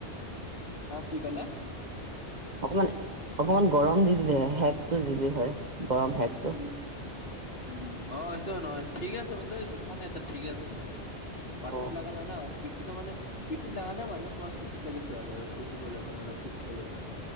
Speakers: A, on the left; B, on the right.
A: হা কি ক'লা?
B: অকমান অকমান গৰম দি দিলে হয় সেকটো দিলি হয় গৰম সেক
A: উম উম অ সেটোয় নহয় ঠিকে আছে মানে বিষা নাই ঠিকে আছে মানে মাথাত
B: অ
A: লাগা নাই ন আৰু পিঠিটো মানে পিটিত লগা নে মানে তোমাৰ কুটিত লাগিছিল আৰু কুটি ফালে মানে অলপ পিছফালে